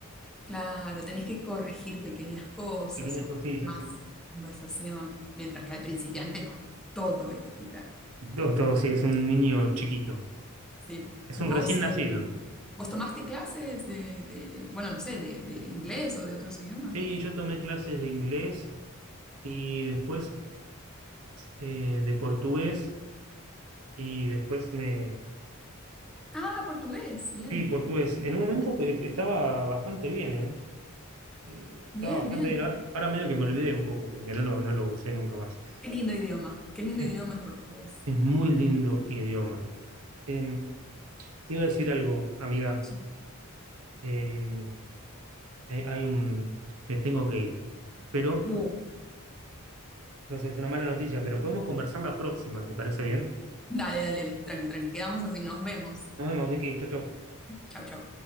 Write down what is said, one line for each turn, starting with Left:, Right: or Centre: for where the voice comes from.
Centre: Claro, tenés que corregir pequeñas cosas
Right: Pequeñas
Centre: o
Right: cositas,
Centre: más
Right: sí.
Centre: conversación, mientras que al principiante no. Todo hay que explicar.
Right: Todo, todo, sí, es un niño chiquito.
Centre: Sí.
Right: Es
Centre: ¿Vos,
Right: un recién nacido.
Centre: eh, vos tomaste clases de, de, bueno, no sé, de, de inglés o de otros idiomas?
Right: Sí, yo tomé clases de inglés y después eh, de portugués y después me
Centre: Ah, portugués. Bien,
Right: Sí, portugués. En un momento eh, estaba bastante bien, ¿eh? Eh, Estaba
Centre: bien,
Right: bastante
Centre: bien.
Right: bien. Ahora ahora medio que me olvidé un poco porque no lo, no lo usé nunca más.
Centre: Qué lindo idioma. Qué lindo
Right: Es,
Centre: idioma el portugués.
Right: es muy lindo idioma. Eh, te iba a decir algo, amiga.
Centre: Sí.
Right: Eh, hay, hay un... Me tengo que ir. Pero,
Centre: Uh,
Right: no sé, es una mala noticia, pero podemos conversar la próxima, ¿te parece bien?
Centre: dale, dale, dale. Tranqui, tranqui. Quedamos así. Nos vemos.
Right: Nos vemos, Vicky. Chau, chau.
Centre: Chau, chau.